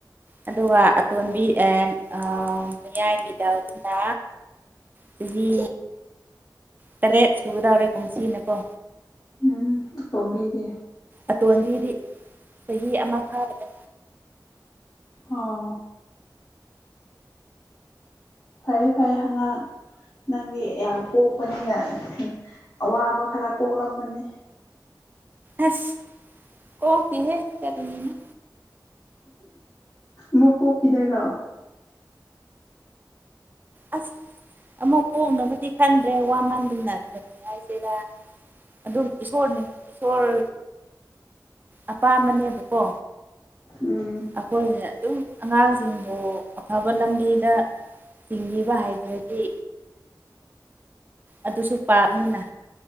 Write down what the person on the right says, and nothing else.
ꯑꯗꯨꯒ ꯑꯇꯣꯟꯕꯤ ꯑꯦ ꯑꯥ ꯌꯥꯏꯝꯕꯤ ꯗꯧꯗꯨꯅ ꯆꯍꯤ ꯇꯔꯦꯠ ꯁꯨꯒꯗꯧꯔꯦ ꯀꯨꯝꯁꯤꯅ ꯀꯣ
ꯑꯇꯣꯟꯕꯤꯗꯤ ꯆꯍꯤ ꯑꯃ ꯐꯥꯕꯗ
ꯑꯁ ꯀ‌ꯣꯛꯇ‌ꯦꯍ‌ꯦ ꯀꯔꯤꯅ‌ꯣ
ꯑꯁ ꯑꯃꯨꯛ ꯄꯣꯛꯅꯕꯗꯤ ꯈꯟꯗ꯭ꯔꯦ ꯋꯥꯟ ꯃꯟꯗꯅ ꯀꯔꯤ ꯍꯥꯏꯖꯤꯔꯥ ꯑꯗꯨꯝ ꯏꯁꯣꯔꯅ ꯏꯁꯣꯔ ꯑꯄꯥꯝꯕꯅꯦꯕ ꯀꯣ
ꯑꯩꯈꯣꯏꯅ ꯑꯗꯨꯝ ꯑꯉꯥꯡꯁꯤꯡꯕꯨ ꯑꯐꯕ ꯂꯝꯕꯤꯗ ꯊꯤꯡꯕꯤꯕ ꯍꯥꯏꯗ꯭ꯔꯗꯤ ꯑꯗꯨꯁꯨ ꯄꯥꯞꯅꯤꯅ